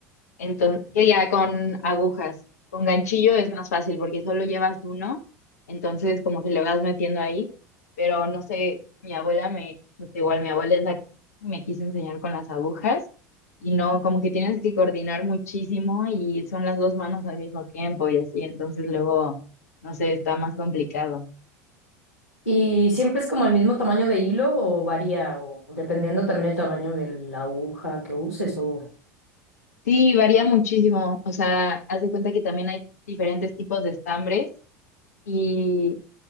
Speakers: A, on the left; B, on the left.
A: Entonces, que ya con agujas, con ganchillo es más fácil porque solo llevas uno, entonces como que le vas metiendo ahí, pero no sé, mi abuela me, pues igual mi abuela es la que me quiso enseñar con las agujas y no, como que tienes que coordinar muchísimo y son las dos manos al mismo tiempo y así, entonces luego, no sé, está más complicado.
B: ¿Y siempre es como el mismo tamaño de hilo o varía o o dependiendo también el tamaño de la aguja que uses o
A: Sí, varía muchísimo, o sea, haz de cuenta que también hay diferentes tipos de estambres. y